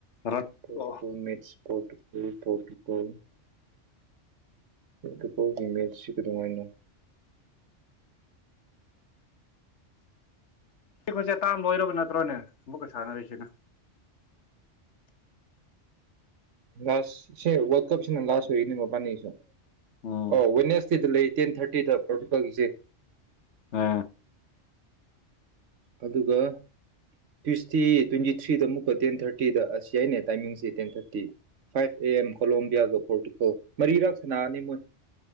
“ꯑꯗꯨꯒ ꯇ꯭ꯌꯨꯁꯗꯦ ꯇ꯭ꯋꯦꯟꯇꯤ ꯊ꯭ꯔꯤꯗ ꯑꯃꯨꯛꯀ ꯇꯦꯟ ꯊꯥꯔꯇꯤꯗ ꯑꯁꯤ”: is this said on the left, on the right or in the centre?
Right